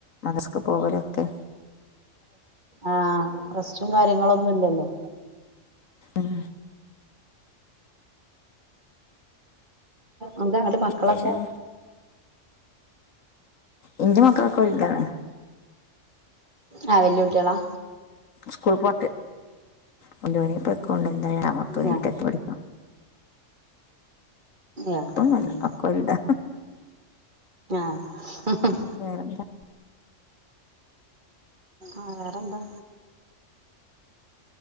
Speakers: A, on the left; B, on the right.
A: മദ്രസക്ക് പോകലൊക്കെ
B: ആഹ് റസ്റ്റും കാര്യങ്ങളൊന്നുല്ലല്ലോ
A: ഉം
B: അന്ത അങ്ങടെ മക്കളൊക്കെ
A: ശേഷം എന്റെ മക്കളൊക്കെ വലുതാണ്
B: ആഹ് വെല്ല്യ കുട്ടിയെളാ
A: സ്കൂൾ പോണ്ട് കൊണ്ടപോ ഇപ്പോ എക്ക കൊണ്ട് എന്ത മൊത്ത വീട്ടക്ക
B: ആ ആ
A: ഇപൊന്നല്ല
B: ഉം
A: അക്കലതാ
B: ഞാ ഹ്‌ ഹ്‌
A: വേറെന്താ
B: ആ വേറെന്താ